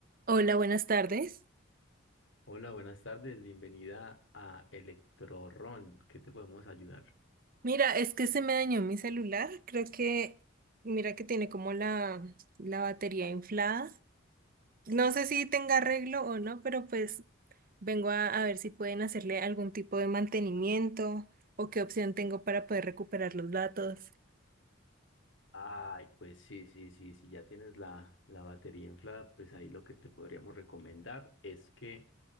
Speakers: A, on the right; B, on the left.
A: Hola, buenas tardes.
B: Hola, buenas tardes, bienvenida a Electrorron. ¿Qué te podemos ayudar?
A: Mira, es que se me dañó mi celular. Creo que, mira que tiene como la, la batería inflada. No sé si tenga arreglo o no, pero pues vengo a, a ver si pueden hacerle algún tipo de mantenimiento o qué opción tengo para poder recuperar los datos.
B: Ay, pues sí, sí, sí, si ya tienes la, la batería inflada, pues ahí lo que te podríamos recomendar es que,